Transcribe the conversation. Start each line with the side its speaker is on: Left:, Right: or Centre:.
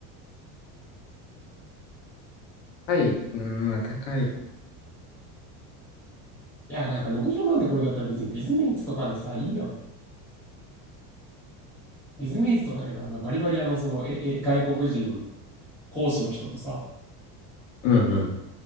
Left: はい、うん、まあ高い。
Centre: やなんか60万でこれだったら別にビズメイツとかでさ、いいやん。ビズメイツとかであのバリバリあのそのええ外国人講師の人とさ、
Left: うんうん、